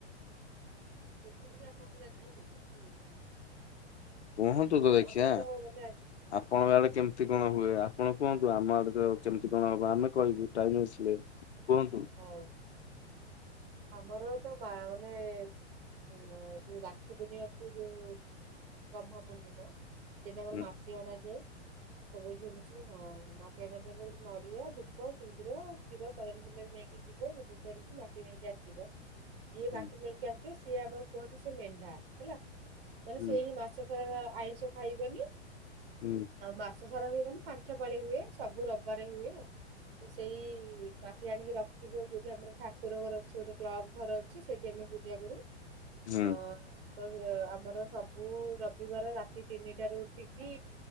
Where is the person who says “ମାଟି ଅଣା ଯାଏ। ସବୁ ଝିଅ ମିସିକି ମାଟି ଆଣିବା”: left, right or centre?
Right